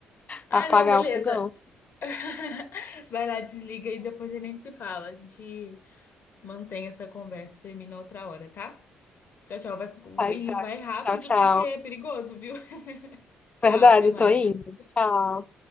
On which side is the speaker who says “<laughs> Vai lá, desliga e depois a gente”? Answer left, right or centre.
Left